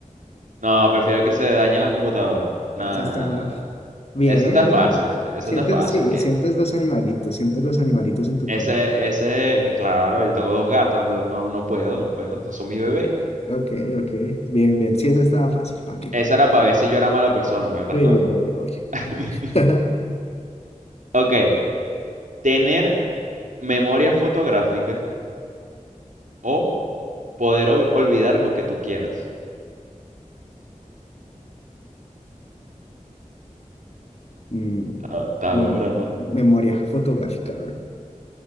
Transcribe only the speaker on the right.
No, prefiero que se dañen las computadoras. No,
no, no, no, no. no.
Eso está fácil,
eso
está fácil.
Que
ese,
ese, claro, yo tengo dos gatos, entonces no, no puedo, no puedo. Esos son mis bebés.
Esa era para ver si yo era mala persona, pero estás
claro.
<laughs>
Ok, tener memoria fotográfica o poder ol- olvidar lo que tú quieras.
Está, está
dura, ¿no?